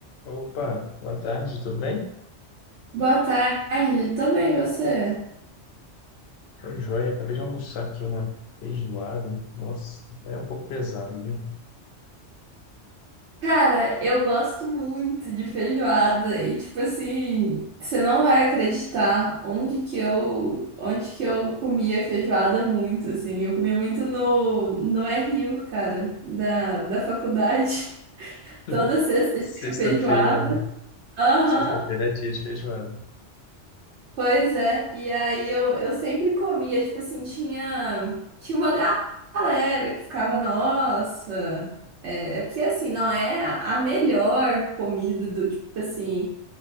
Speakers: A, on the left (about 65°); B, on the right (about 75°).
A: Opa, boa tarde, tudo bem?
B: Boa tarde, tô bem, você?
A: Foi joia, acabei de almoçar aqui uma feijoada. Nossa, é um pouco pesado, né?
B: Cara, eu gosto muito de feijoada e tipo assim, você não vai acreditar onde que eu, onde que eu comia feijoada muito assim. Eu comia muito no no RU, cara, da da faculdade. <laughs>
A: <laughs>
B: Toda sexta
A: Sexta-feira,
B: tinha feijoada.
A: né?
B: Aham.
A: Sexta-feira é dia de feijoada.
B: Pois é, e aí eu, eu sempre comia, tipo assim, tinha, tinha uma ga- galera que ficava, nossa, é, é porque assim, não é a a melhor comida do tipo assim,